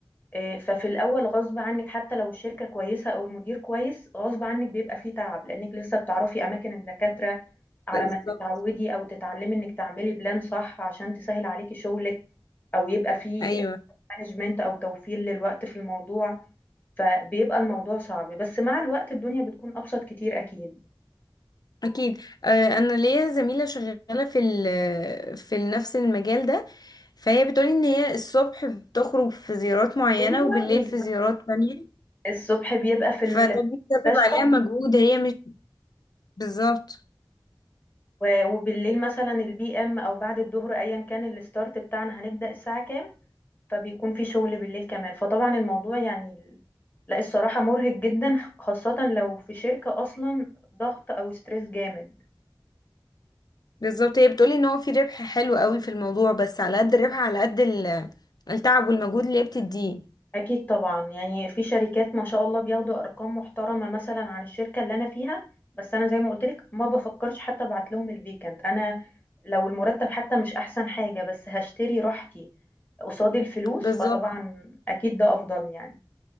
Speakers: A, on the left (about 20°); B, on the left (about 50°).
A: آه، ففي الاول غصب عنك حتى لو الشركة كويسة او المدير كويس غصب عنك بيبقى فيه تعب لانك لسه بتعرفي اماكن الدكاترة على
B: بالظبط
A: ما تتعودي او تتعلمي انك تعملي بلان صح عشان تسهل عليكي شغلك او يبقى فيه
B: ايوه
A: مانجمنت او توفير للوقت في الموضوع فبيبقى الموضوع صعب بس مع الوقت الدنيا بتكون أبسط كتير أكيد
B: اكيد آه، انا ليا زميله شغاله في ال في نفس المجال ده فهي بتقولي ان هي الصبح بتخرج في زيارات معينه
A: ايوه
B: وبالليل
A: بالظبط
B: في زيارات تانية
A: الصبح بيبقى في
B: فده
A: المستشفى
B: بيسبب عليها مجهود هي مش بالظبط
A: و- وبالليل مثلا البي ام او بعد الظهر ايا كان الستارت بتاعنا هنبدأ الساعة كام فبيكون في شغل بالليل كمان فطبعا الموضوع يعني ال- لا الصراحة مرهق جدا خاصة لو في شركة اصلا ضغط او ستريس جامد
B: بالظبط هي بتقولي ان هو في ربح حلو قوي في الموضوع بس على قد الربح على قد ال- التعب والمجهود اللي هي بتديه
A: اكيد طبعا يعني في شركات ما شاء الله بياخدوا ارقام محترمه مثلا عن الشركه اللي انا فيها بس انا زي ما قلت لك ما بفكرش حتى ابعت لهم الفيكنت انا لو المرتب حتى مش احسن حاجه بس هشتري راحتي قصاد الفلوس
B: بالظبط
A: فطبعا اكيد ده افضل يعني